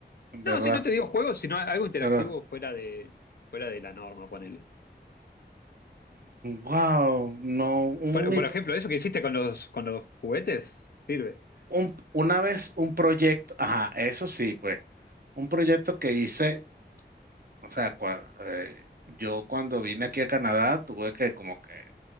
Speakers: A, on the right; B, on the left.
A: en verdad.
B: No, sí, no te digo juegos, sino algo interactivo
A: Pero,
B: fuera de, fuera de la norma, ponele.
A: wow, no, un,
B: Por,
A: mi-
B: por ejemplo, eso que hiciste con los, con los juguetes, sirve.
A: un- una vez un proyecto, ajá, eso sí, pues, un proyecto que hice, o sea, cua- eh, yo cuando vine aquí a Canadá tuve que como que